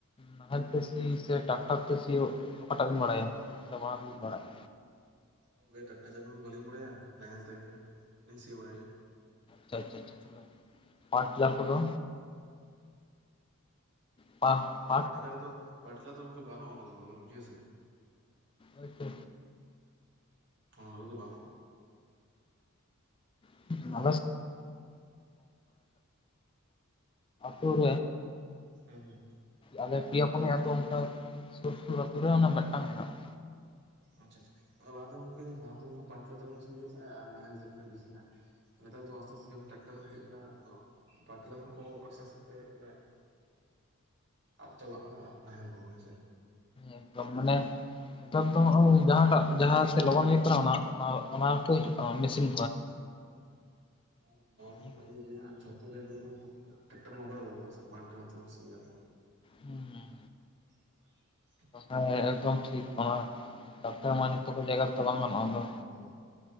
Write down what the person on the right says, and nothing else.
ᱩᱸ ᱜᱮ ᱴᱟᱠᱴᱟᱨ ᱪᱟᱞᱩ ᱵᱟᱹᱞᱤᱧ ᱵᱟᱲᱟᱭᱟ, ᱱᱟᱣᱮᱞ ᱛᱮ ᱜᱮ ᱦᱟᱸᱜ ᱞᱤᱧ ᱥᱤ ᱵᱟᱲᱟᱭ ᱜᱮᱭᱟ᱾
ᱯᱟᱴᱤᱞᱟᱨ ᱫᱚ, ᱯᱟᱴᱞᱟ ᱫᱚ ᱣᱚᱝᱠᱮ, ᱵᱟᱹᱱᱩᱜᱼᱟ ᱱᱚᱛᱮ <inaudible> ᱵᱩᱡᱷᱟᱹᱣ ᱥᱮ᱾
ᱦᱚᱸ, ᱱᱚᱛᱮ ᱫᱚ ᱵᱟᱱᱩᱜᱼᱟ᱾
ᱦᱩᱸ ᱦᱩᱸ
ᱟᱪᱪᱷᱟ-ᱪᱷᱟ, ᱟᱸ ᱞᱟᱦᱟᱛᱮ ᱜᱚᱝᱠᱮ, ᱞᱟᱦᱟ ᱛᱮ ᱯᱟᱞᱴᱨᱟ ᱛᱮᱜᱮ ᱵᱚᱱ ᱥᱤ ᱦᱩᱭᱩᱜ ᱛᱷᱮᱸᱜᱼᱟ ᱟᱨ ᱱᱟᱦᱮᱞ ᱛᱮᱜᱮ ᱦᱟᱸᱜ ᱵᱤᱥᱤ <inaudible> ᱱᱮᱛᱟ ᱫᱚ ᱟᱸᱥᱛᱮ-ᱟᱸᱥᱛᱮ ᱡᱚᱠᱷᱚᱱ ᱴᱟᱠᱴᱟᱨ ᱦᱮᱡ ᱮᱱᱟ ᱫᱚᱸ ᱯᱟᱴᱤᱞᱟᱨ ᱦᱚᱸ ᱠᱚ ᱟᱥᱛᱮ-ᱟᱥᱛᱮ ᱛᱮ ᱢᱟᱱᱮ ᱟᱜ ᱪᱟᱵᱟᱜ ᱠᱟᱱᱟ ᱟᱨ ᱱᱟᱦᱮᱞ ᱠᱚᱦᱚᱸ ᱦᱮᱸ ᱥᱮ᱾
ᱦᱳᱭ ᱜᱚᱝᱠᱮ,
ᱟᱨ <inaudible>
<inaudible>
ᱚᱸ᱾